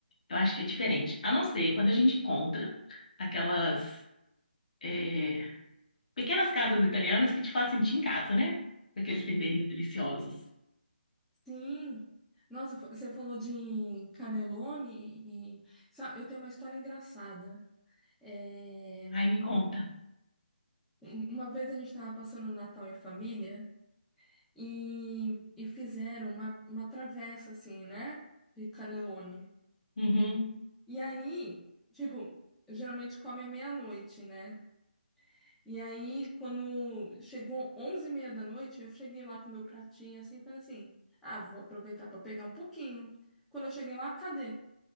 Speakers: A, on the left; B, in the centre.
A: Eu acho que é diferente. A não ser quando a gente encontra aquelas é, pequenas casas italianas que te fazem sentir em casa, né? Com Aqueles temperinhos deliciosos.
B: Sim. Nossa, fa- você falou de cannelloni e sa- eu tenho uma história engraçada. É,
A: Ai, me conta.
B: um- Uma vez a gente estava passando o Natal em família e, e fizeram uma, uma travessa, assim, né? De cannelloni.
A: Uhum.
B: E aí, tipo, geralmente come à meia-noite, né? E aí, quando chegou onze e meia da noite, eu cheguei lá com meu pratinho, assim, falei assim, ah, vou aproveitar para pegar um pouquinho. Quando eu cheguei lá, cadê?